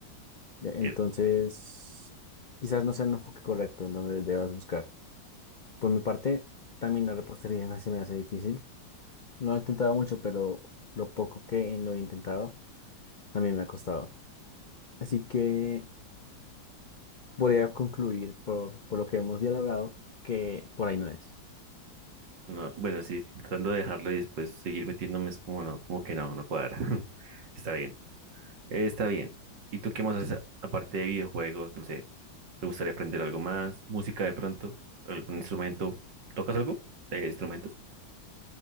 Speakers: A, on the left; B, on the right.
A: Ya, entonces,
B: bien.
A: quizás no sea el enfoque correcto en donde debas buscar. Por mi parte, también la repostería me- se me hace difícil. No he intentado mucho, pero lo poco que lo he intentado también me ha costado. Así que voy a concluir por, por lo que hemos dialogado, que por ahí no es.
B: No, bueno, sí, tratando de dejarlo y después seguir metiéndome es como no, como que no, no cuadra. <laughs> Está bien, eh, está bien. ¿Y tú qué más haces aparte de videojuegos? No sé, ¿te gustaría aprender algo más? ¿Música de pronto? ¿Algún instrumento? ¿Tocas algo de instrumentos?